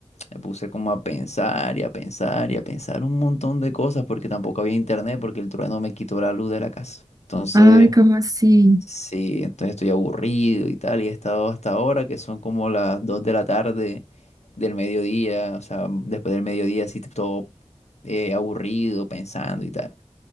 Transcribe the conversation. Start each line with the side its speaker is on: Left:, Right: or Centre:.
Left: Me puse como a pensar y a pensar y a pensar un montón de cosas porque tampoco había internet porque el trueno me quitó la luz de la casa. Mm. Entonces,
Right: Ay, ¿cómo así?
Left: sí, entonces estoy aburrido y tal y he estado hasta ahora que son como las 2 de la tarde del mediodía, o sea, después del mediodía así todo eh, aburrido pensando y tal.